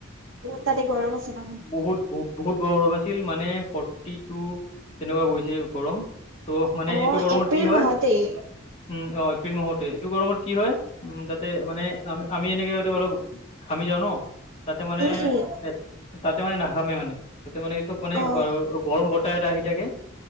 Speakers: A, on the right (about 75°); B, on the left (about 30°).
A: তাতে গৰম আছে ন
B: বহুত বহুত গৰম গৰম আছিল, মানে ফৰ্টি টু তেনেকুৱা কৰিছে গৰম। ত' মানে
A: অ
B: এইটো গৰমত
A: এপ্ৰিল
B: কি হয়?
A: মাহতেই
B: উম অ এপ্ৰিল মাহতে, এইটো গৰমত কি হয় উম তাতে মানে আমি আমি এনেকে এইটো অলপ ঘামি যাওঁ ন তাতে মানে
A: উম উম
B: এ। তাতে মানে নাঘামে মানে, তাতে মানে এই চব মানে
A: অ
B: অঁ গৰম বতাহ এটা আহি থাকে।